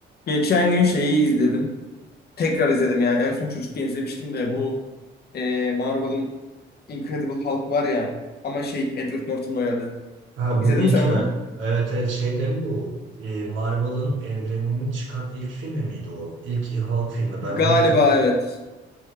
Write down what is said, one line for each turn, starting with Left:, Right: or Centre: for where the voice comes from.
Left: Geçen gün şeyi izledim. Tekrar izledim yani. En son çocukken izlemiştim de bu e, Marvel'ın Incredible Hulk var ya. Ama şey Edward Norton oynadı.
Right: Ha
Left: İzledin
Right: bu ilk
Left: mi sen onu?
Right: ver. Evet evet şey değil mi bu? Ee, Marvel'ın evreninin çıkan ilk filmi miydi o? İlk Hulk filmi. Ben
Left: Galiba
Right: onu izlemiş.
Left: evet.